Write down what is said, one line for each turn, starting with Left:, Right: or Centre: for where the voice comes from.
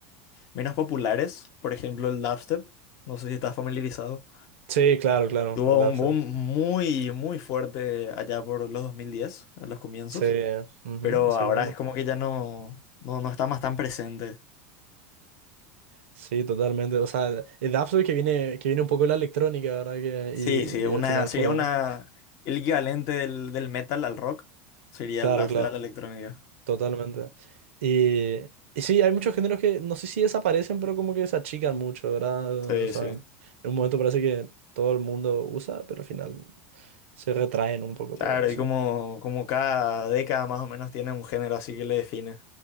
Left: menos populares. Por ejemplo, el dubstep, no sé si estás familiarizado.
Right: sí, claro, claro,
Left: Tuvo
Right: el Dapsul.
Left: un boom muy, muy fuerte allá por los 2010, a los comienzos,
Right: Sí, ujú,
Left: pero
Right: exactamente.
Left: ahora es como que ya no, no, no está más tan presente.
Right: Sí, totalmente. O sea, el el Dapsul que viene, que viene un poco de la electrónica, ¿verdad? Que,
Left: Sí,
Right: y,
Left: sí, una,
Right: y al final
Left: sería
Right: formó.
Left: una, el equivalente del, del metal al rock sería
Right: Claro,
Left: el dubstep
Right: claro,
Left: a la electrónica.
Right: totalmente. Y, y sí, hay muchos géneros que no sé si desaparecen, pero como que se achican mucho, ¿verdad?
Left: Sí,
Right: O sea,
Left: sí.
Right: en un momento parece que todo el mundo usa, pero al final se retraen un poco,
Left: Claro,
Right: te voy a decir.
Left: y como, como cada década más o menos tiene un género así que le define.